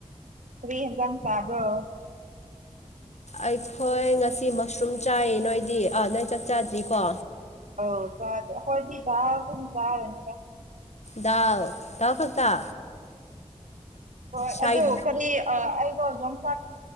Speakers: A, on the right; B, on the left.
A: ꯐꯔꯤ ꯍꯟꯗ ꯇꯕ꯭ꯔꯣ
B: ꯑꯩꯈꯣꯏ ꯉꯁꯤ ꯃꯁꯔꯨꯝ ꯆꯥꯏ ꯅꯣꯏꯗꯤ ꯑꯥ ꯅꯣꯏ ꯆꯥꯛ ꯆꯥꯗ꯭ꯔꯤꯀꯣ
A: ꯑ ꯆꯗ ꯍꯣꯏꯗꯤ ꯑꯗꯨꯝ ꯆꯔꯅꯤ
B: ꯗꯎ ꯊꯎ ꯈꯛꯇ
A: ꯍꯣꯏ
B: ꯁꯥꯏꯠ
A: ꯑꯗꯨ ꯀꯔꯤ ꯑꯩꯗꯣ ꯌꯣꯡꯆꯥꯛ